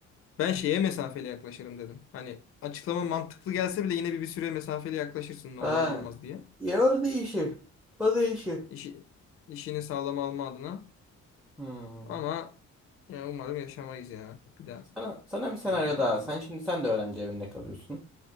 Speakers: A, on the left; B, in the centre.
A: Ben şeye mesafeli yaklaşırım dedim. Hani açıklama mantıklı gelse bile yine bir, bir süre mesafeli yaklaşırsın ne
B: Ha.
A: olur ne olmaz diye.
B: Ya orada işi. O da işi.
A: İşi, işini sağlam alma adına.
B: Hmm.
A: Ama yani umarım yaşamayız ya. Bir daha
B: Sana, sana bir senaryo
A: yeter
B: daha.
A: yani
B: Sen
A: bana.
B: şimdi sen de öğrenci evinde kalıyorsun.